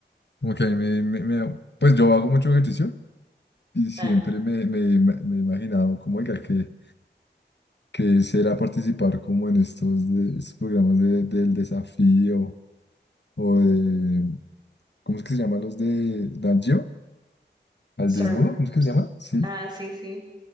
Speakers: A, on the left (about 70°); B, on the right (about 20°).
A: Ok, me, me- me- pues yo hago mucho ejercicio y siempre
B: Ah,
A: me, me, me he imaginado como, oiga, que, que será participar como en estos, de- estos programas de- del desafío o de, ¿cómo es que se llaman los de Nat Geo? ¿Al
B: sur-
A: desnudo? ¿Cómo es que se llaman? Sí,
B: ah, sí, sí.